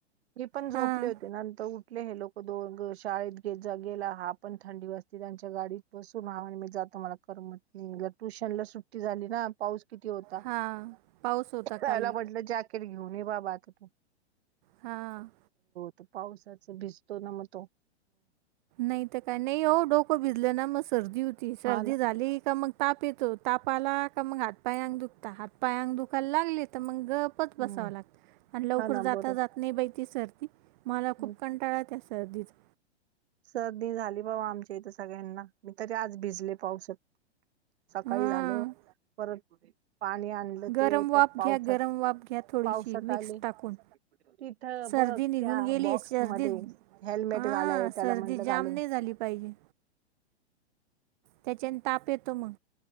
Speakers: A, on the right; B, on the right.
A: मी पण झोपले
B: हां
A: होती नंतर उठ हे लोक दो शाळेत घेत गेला हा पण थंडी वा असते त्यांच्या गाडीत बसून हा म्हण मी जातो मला. म ट्युशन ला सुट्टी झाली ना पाऊस. किती होता?
B: हां पाऊस होता
A: त्याला
B: काल
A: म्हटलं जॅकेट घेऊन ये बाबा आता तू.
B: हां.
A: त पावसाच भिजतो ना मग तो.
B: नाहीत काय नाही? हो डोकं भिजलं ना मग सर्दी होती सर्दी
A: हा ना
B: झाली का मग. ताप येतो तापा आला का मग हात पायाक दुखता हात पायाक दुखायला लागले तर मग गप् ख
A: हम्म
B: बसाव लागत आणि लवकर
A: हा ना
B: जाता
A: बरोबर
B: जात नाही बा सर्ती मला
A: हं.
B: खूप कंटाळ त्या सर्दीचा.
A: सर्दी झाली बा आमच्या इथ सगळ्यांना मी तरी आज भिजले पावसात सकाळी
B: हां
A: झाल परत. पाणी आणलं
B: गरम
A: ते
B: वाफ
A: पण पावसात
B: घ्या गरम वाफ घ्या थोडीशी
A: पावसात आले.
B: विक्स टाकून
A: तिथ
B: सर्दी
A: बघ त्या
B: निघून गेली
A: बॉक्स
B: सर्दी
A: म हेल्मेट
B: हां
A: घालाय
B: सर्दी
A: म्हटल
B: जाम
A: घाल
B: नाही झाली पाहिजे त्याच्याने ताप येतो मग